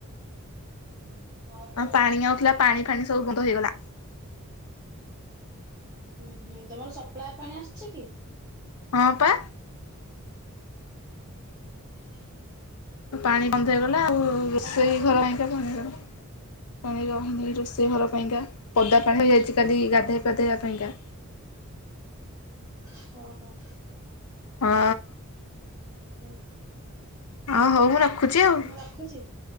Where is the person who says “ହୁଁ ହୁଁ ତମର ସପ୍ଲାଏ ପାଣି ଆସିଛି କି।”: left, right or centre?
Right